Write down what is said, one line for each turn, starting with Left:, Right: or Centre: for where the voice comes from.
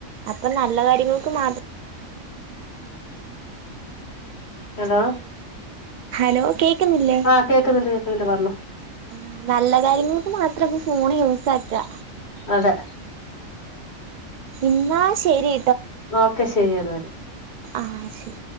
Right: അപ്പൊ നല്ല കാര്യങ്ങൾക്ക് മാത്രം
Left: ഹലോ
Right: ഹലോ കേക്കുന്നില്ലേ
Left: ആആകേക്കുന്നുണ്ട് കേക്കുന്നുണ്ട് പറഞ്ഞോ
Right: ആ നല്ല കാര്യങ്ങൾക്ക് മാത്രപ്പം ഫോണ് യൂസ് ആക്കാ
Left: അതെ
Right: ഇന്ന ശരി
Left: ഒക്കെ ശെരിയന്ന എന്നാല്
Right: ആ ശരി